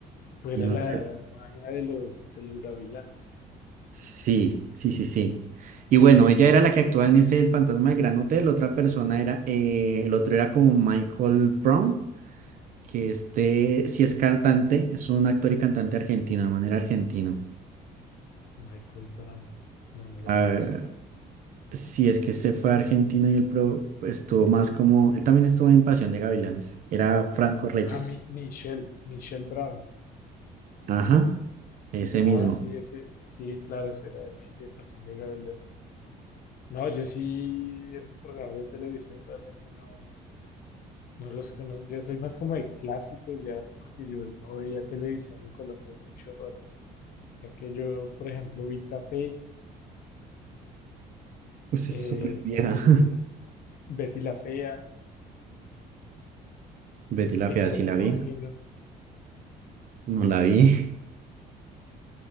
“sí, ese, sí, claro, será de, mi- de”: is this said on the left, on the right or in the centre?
Left